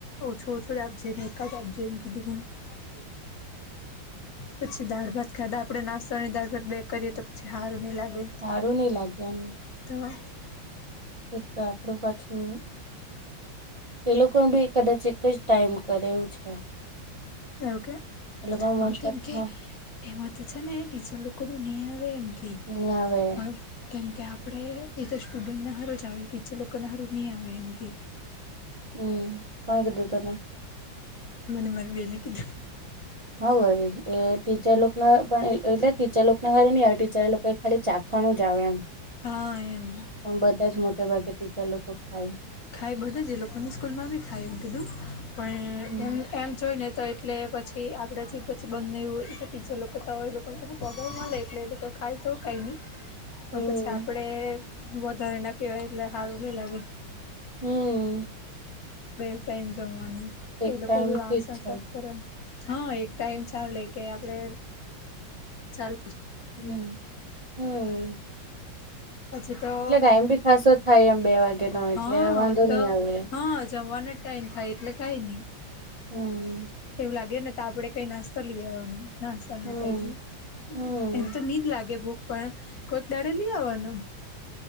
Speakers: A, on the left (about 55°); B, on the right (about 40°).
A: ઓછો ઓછો રાખજે જીણકા રાખજે એમ કીધું હોય. પછી દાળ ભાત ખાધા આપણે નાસ્તોની દાળ ભાત બેય કરીએ તો પછી હારું નહીં લાગે
B: હારુંની લાગે એમ
A: <inaudible>
B: એક તા આપડું પાછું. એ લોકો બી કદાચ એક જ ટાઈમ કરે એવું છે.
A: એવું કે
B: એ લોકો
A: હા
B: મોસ્ટ
A: કેમ
B: ઓફ
A: કે એમાં તો છે ને ટીચર લોકોને નહીં આવે એમ કે
B: નહી આવે.
A: પણ કેમ કે આપણે એ તો સ્ટુડન્ટને સારું જ આવે ટીચર લોકોને સારું નહીં આવે એમ કે
B: હમ કોઈ કિઘુ તને
A: મને મારે બેન કીધું.
B: હા ભલે એ ટીચર લોકને પણ એ એટલે ટીચર લોકોને હારે નહિ આવે ટીચરલોક કઈ ખાલી ચાખવાનુ જાવ એમ
A: હા એમ
B: પણ બધા જ મોટા ભાગેથી ટીચર લોકો ખાય
A: ખાય બધા જ એ લોકોની સ્કૂલમાં બી ખાય એમ કીધું પણ
B: હમ
A: એમ એમ જોઈ ને તો એટલે પછી આપણેે જ પછી બંધ નહિ હોય બીજો લોકો તો હોય લોકો પણ લોકો પગાર નાલે એટલે એ લોકો ખાય તો કંઈ નહીં. પણ
B: હમ
A: પછી આપડે વધારે ના કવાય એટલે સારું નહી લાગે
B: હમ
A: બે ટાઈમ જમવાનું.
B: એક
A: એ લોકો
B: ટાઈમ
A: વાસ
B: ઠીક છે
A: સાફ કરો હા એક ટાઈમ ચાલેલેે કે આપડે ચાલ.
B: હમ હમ્મ.
A: હજી તો
B: એટલે ટાઈમ ભી ખાસો થાય એમ બે વાગે નો
A: હ
B: એટલે વાંધો
A: તો
B: નહી આવે
A: હ જમવાનો જ ટાઈમ થાય એટલે કાઈ નહી.
B: હમ્મ.
A: એવું લાગે ને તો આપણે કઈ નાસ્તો લઈવાનો નાસ્તા ના
B: હમ
A: ટાઈમે
B: હમ
A: એમ તો નહિ તો લાગે ભુખ પણ કોઈક દાડે લઈ આવવાનું